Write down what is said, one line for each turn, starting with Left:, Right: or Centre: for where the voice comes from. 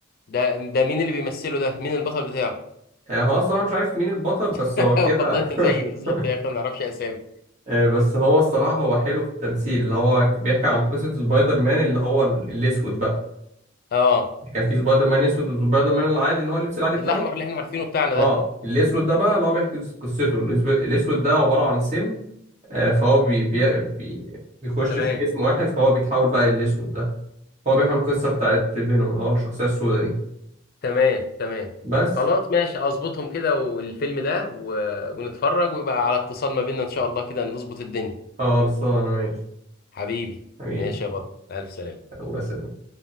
Left: ده ده مين اللي بيمثله ده مين البطل بتاعه
Right: آه، هو الصراحة مش عارف مين البطل بس
Left: <laughs>
Right: هو كده
Left: والله انت زيي بالظبط
Right: <laughs>
Left: يا اخي ما نعرفش اسامي
Right: آه، بس هو الصراحة هو حلو في التمثيل اللي هو بيحكي عن قصة سبايدر مان اللي هو ال- الأسود بقى
Left: اه
Right: كان في سبايدر مان أسود وسبايدر مان العادي اللي هو اللبس العادي بتاعه
Left: الاحمر اللي احنا عارفينه بتاعنا
Right: اه
Left: ده
Right: الأسود ده بقى اللي هو بيحكي قصته الأسب- الأسود ده عبارة عن سم آه، فهو بي بي بي بيخش
Left: تمام
Right: في جسم واحد فهو بيتحول بقى للأسود ده هو بيحمل القصة بتاعت فينوم اللي هو الشخصية السوداء دي
Left: تمام تمام
Right: بس
Left: خلاص ماشي اظبطهم كده والفيلم ده و... ونتفرج ويبقى على اتصال ما بيننا ان شاء الله كده نظبط الدنيا
Right: خلصانة ماشي
Left: حبيبي
Right: حبيبي
Left: ماشي يا بطل ألف سلامة
Right: الله يسلمك